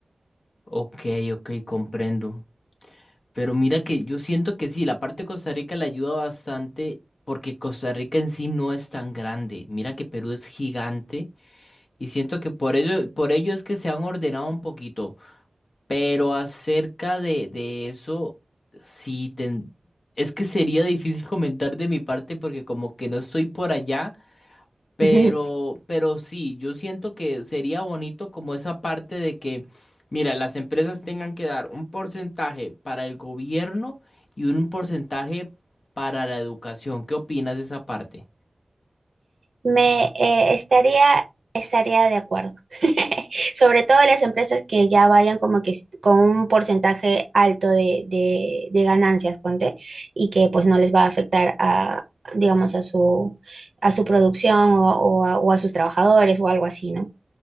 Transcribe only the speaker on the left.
Ok, ok, comprendo. Pero mira que yo siento que sí, la parte de Costa Rica le ayuda bastante porque Costa Rica en sí no es tan grande. Mira que Perú es gigante y siento que por ello, por ello es que se han ordenado un poquito. Pero acerca de, de eso, sí, ten- es que sería difícil comentar de mi parte porque como que no estoy por allá, pero,
pero sí, yo siento que sería bonito como esa parte de que, mira, las empresas tengan que dar un porcentaje para el gobierno y un porcentaje para la educación. ¿Qué opinas de esa parte?